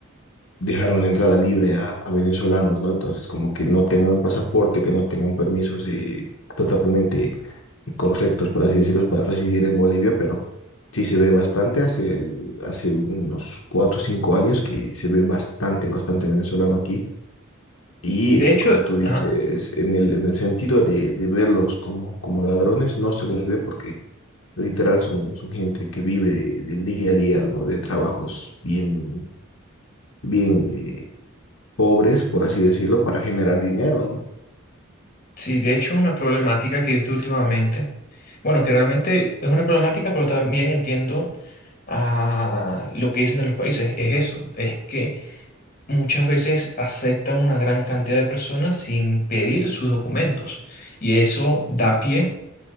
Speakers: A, on the left; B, on the left.
A: dejaron la entrada libre a, a venezolanos, ¿no? Entonces, como que no tengan pasaporte, que no tengan permisos eh, totalmente correctos, por así decirlo, para residir en Bolivia, pero sí se ve bastante, hace, hace unos cuatro o cinco años que se ve bastante, bastante venezolano aquí. Y
B: De
A: este,
B: hecho,
A: como tú dices,
B: ajá,
A: en el, en el sentido de, de verlos como, como ladrones, no se los ve porque literal son, son gente que vive del día a día, ¿no? De trabajos bien, bien eh, pobres, por así decirlo, para generar dinero, ¿no?
B: sí, de hecho una problemática que he visto últimamente, bueno, que realmente es una problemática, pero también entiendo a lo que dicen de los países, es eso, es que muchas veces aceptan una gran cantidad de personas sin pedir sus documentos y eso da pie